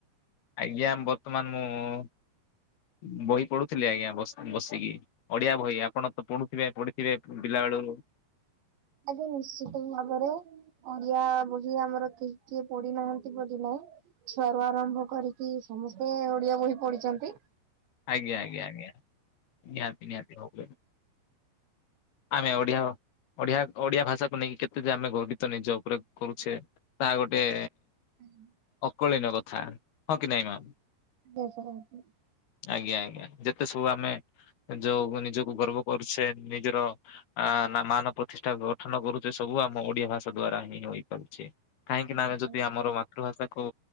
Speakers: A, on the left; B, on the right.
A: ଆଜ୍ଞା ବର୍ତ୍ତମାନ ମୁଁ ବହି ପଢୁଥିଲି ଆଜ୍ଞା ବସିକି ଓଡିଆ ବହି ଆପଣ ତ ପଢୁଥିବେ ପଢିଥିବେ ପିଲା ବେଳୁ
B: ଆଜ୍ଞା ନିଶ୍ଚିତ ଭାବରେ ଓଡିଆ ବହି ଆମର କେ କିଏ ପଢି ନାହାନ୍ତି ବୋଲି ନାଇଁ ଛୁଆରୁ ଆରମ୍ଭ କରିକି ସମସ୍ତେ ଓଡିଆ ବହି ପଢିଛନ୍ତି
A: ଆଜ୍ଞା ଆଜ୍ଞା ଆଜ୍ଞା ନିହାତି ନିହାତି ହ ଆମେ ଓଡିଆ ଓଡିଆ ଓଡିଆ ଭାଷାକୁ ନେଇକି କେତେ ଯେ ଆମେ ଗର୍ବିତ ନିଜ ଉପରେ କରୁଛେ ତା ଗୋଟେ
B: <inaudible>
A: କଳିନ କଥା ହଁ କି ନାଇଁ ମ
B: <unintelligible>
A: ଆଜ୍ଞା ଆଜ୍ଞା ଯେତେ ସବୁ ଆମେ ଯୋଉ ନିଜକୁ ଗର୍ବ କରୁଛେ ନିଜର ଆ ନା ମାନ ପ୍ରତିଷ୍ଠା ଗଠନ କରୁଛେ ସବୁ ଆମ ଓଡିଆ ଭାଷା ଦ୍ଵାରା ହିଁ ହେଇପାରୁଛି କାହିଁକି
B: ଆଜ୍ଞା
A: ନା ଆମେ ଯଦି ଆମର ମାତୃଭାଷା କୁ